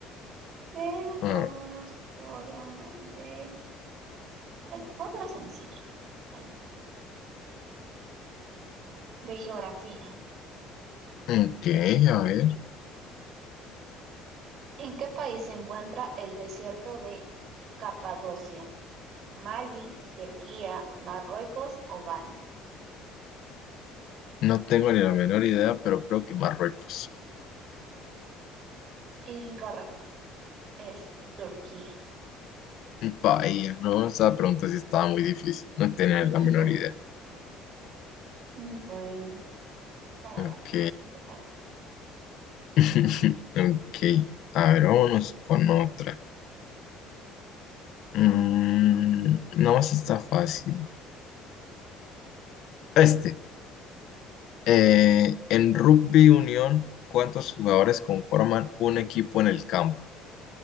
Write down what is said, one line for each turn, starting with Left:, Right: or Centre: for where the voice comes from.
Right: pero
Left: Ah,
Right: vámonos por una de... a ver, otra sencilla, ay, de geografía.
Left: Ok, a ver.
Right: ¿En qué país se encuentra el desierto de Capadocia? ¿Mali, Turquía, Marruecos o Ghana?
Left: No tengo ni la menor idea, pero creo que Marruecos.
Right: Incorrecto, es Turquía.
Left: Vaya, no, esa pregunta sí estaba muy difícil. No tenía
Right: <laughs>
Left: la menor idea.
Right: Voy para
Left: Ok.
Right: la siguiente, para...
Left: <laughs> Ok. A ver, vámonos con otra. Mm, no, esta está fácil. Este. Eh, en rugby unión, ¿cuántos jugadores conforman un equipo en el campo?